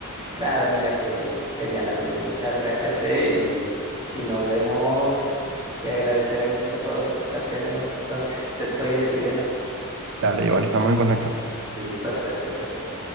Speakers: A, on the right; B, on the right.
A: Claro, mira, qué, qué genial, amigo. Muchas gracias, eh, y si nos vemos, te agradeceré mucho todo. Suerte, amigo. Entonces te estoy escribiendo.
B: Dale, Giovanni, estamos en contacto.
A: Listo, suerte, suerte.